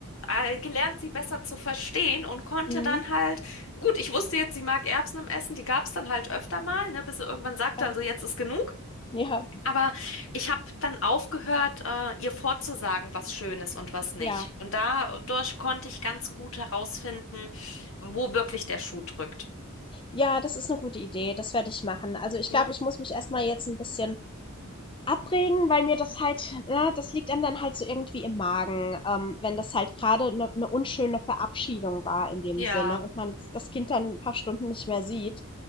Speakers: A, on the left; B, on the left.
A: äh, gelernt, sie besser zu verstehen und konnte
B: Mhm.
A: dann halt, gut, ich wusste jetzt, sie mag Erbsen im Essen, die gab es dann halt öfter mal, ne, bis sie irgendwann sagte,
B: ja,
A: also jetzt ist genug.
B: ja,
A: Aber ich habe dann aufgehört, äh, ihr vorzusagen, was schön ist und was nicht.
B: ja.
A: Und dadurch konnte ich ganz gut herausfinden, wo wirklich der Schuh drückt.
B: Ja, das ist eine gute Idee. Das werde ich machen. Also ich
A: Ne?
B: glaube, ich muss mich erstmal jetzt ein bisschen Abregen, weil mir das halt ne, das liegt einem dann halt so irgendwie im Magen, ähm, wenn das halt gerade eine 'ne unschöne Verabschiedung war in dem
A: Ja,
B: Sinne und man das Kind dann ein paar Stunden nicht mehr sieht.